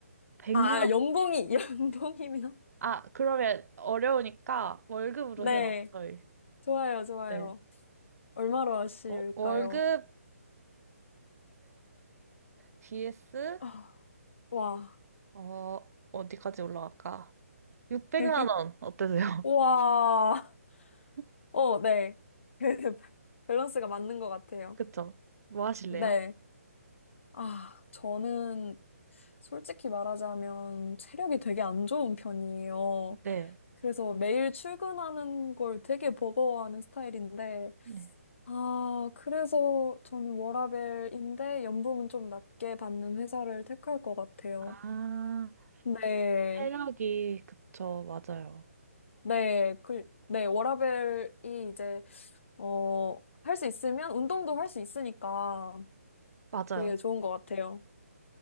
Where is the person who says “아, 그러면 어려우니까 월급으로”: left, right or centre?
Right